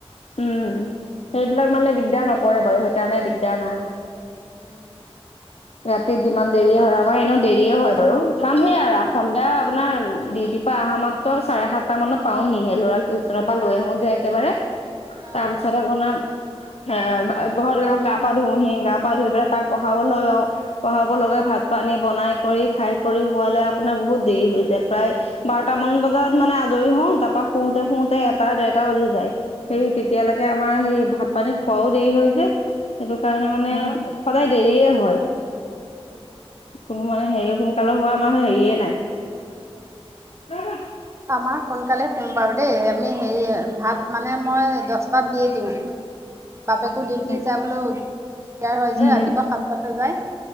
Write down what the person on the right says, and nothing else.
উম
অ',
অ',
<inaudible>
আমাৰ সোনকালে সোম বাৰু দেই আমি হেৰি ভাত মানে মই দহটাত দি দিও বাপেকো ডিউটি
যাবলৈ দিগদাৰ হয়
যে ৰাতিপুৱা সাতটাতে যায়